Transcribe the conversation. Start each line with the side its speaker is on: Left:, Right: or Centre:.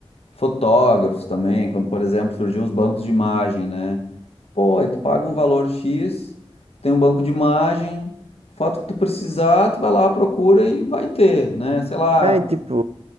Left: fotógrafos também, quando, por exemplo, surgiu os bancos de imagem, né? Pô, aí tu paga um valor X, tem um banco de imagem, foto que tu precisar, tu vai lá, procura e vai ter, né? Sei lá,
Right: É, e tipo,